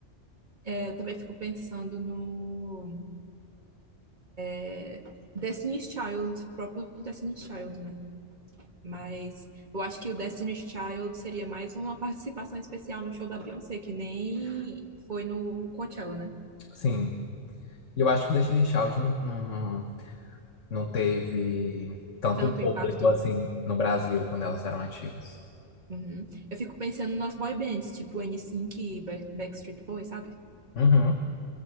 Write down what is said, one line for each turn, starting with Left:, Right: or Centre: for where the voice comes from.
Right: É, eu também fico pensando no. É, Destiny's Child, próprio Destiny's Child, né? Mas eu acho que o Destiny's Child seria mais uma participação especial no show da Beyoncé, que nem foi no Coachella, né?
Left: Sim. E eu acho que o Destiny's Child não, não- Não teve tanto
Right: Tanto
Left: público
Right: impacto.
Left: assim no Brasil quando elas eram ativas.
Right: Uhum. Eu fico pensando nas boy bands, tipo NSYNC e Back- Backstreet Boys, sabe?
Left: Uhum.